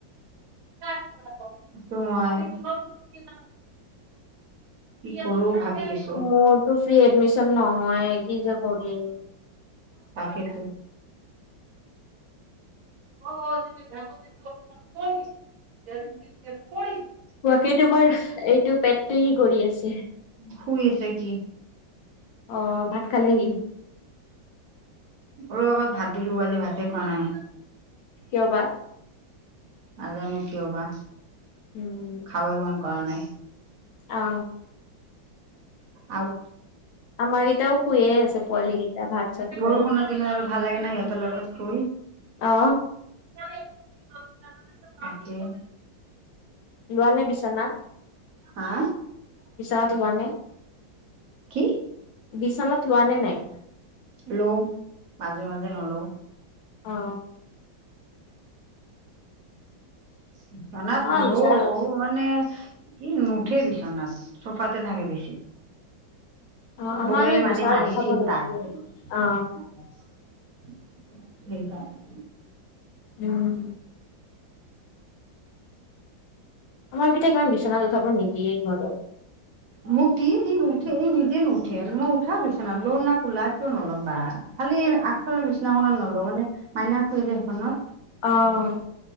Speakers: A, on the right (about 55°); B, on the left (about 75°).
A: আছো মই কি কৰো ভাবি আছ
B: মোৰতো ফ্ৰি এডমিশ্যন নহয় কি যে কৰিম
A: তাকেতো <unintelligible>
B: কোৱাকেই তোমাৰ এইটো পেটটেৰি কৰি আছে
A: শুই আছে কি।
B: অ ভাত খালেহি?
A: অলপ আগত ভাত দিলো আজি ভাতে খোৱা নাই
B: কিয় বা
A: নাজানো কিয় বা
B: উম
A: খাবই মন কৰা নাই।
B: অ
A: আও
B: আমাৰকেইটাও শুইে আছে পোৱালি কেইটা ভাত চাত
A: বৰষুণৰ
B: খাই
A: দিনত আৰু ভাল লাগে ন সিহঁতৰ লগত শুই
B: অ
A: <unintelligible> তাকে
B: লোৱা নে বিচনা
A: হা
B: বিছনাত লোৱা নে?
A: কি
B: বিচনাত লোৱা নে নাই?
A: লও মাজে মাজে নলও
B: অ
A: বিচনাত
B: অ
A: লও
B: বিচনাত
A: মানে, ই নুঠে বিচনাত। চোফাতে থাকে বেছি।
B: অ আমাৰো
A: বৌএ মানে
B: বিচনাত
A: মাৰিছিল
B: উঠাব নিদিয়ে
A: তাক। সেইকাৰনে
B: অ উম। আমাৰ কেইটাক কিমান বিচনাত উঠাব নিদিয়ে ঘৰত
A: মোক দি ই নুঠে এই নিজে নুঠে মই উঠাও বিচনাত লও না কোলাত কিয় নল'ম বা খালি আগফালৰ বিচনাখনত নলওঁ মানে মাইনা শুৱে যে সেইখনত
B: অ